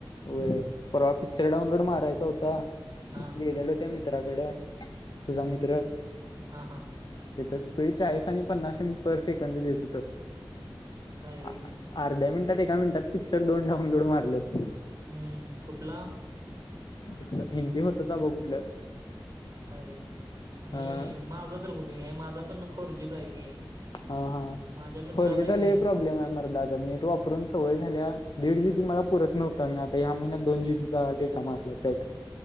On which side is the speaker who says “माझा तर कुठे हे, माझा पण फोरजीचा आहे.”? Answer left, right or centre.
Right